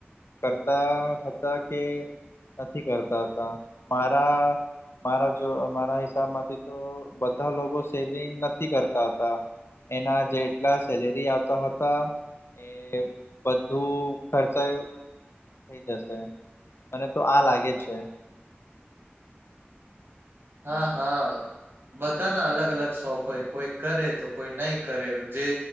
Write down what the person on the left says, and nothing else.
કરતા હતા કે નથી કરતા હતા મારા મારા જો મારા હિસાબ માંથી તો બધા લોકો સેવિંગ નથી કરતા એના જેટલા સેલેરી આવતા હતા એ બધું ખર્ચા થઈ જશે અને તો આ લાગે છે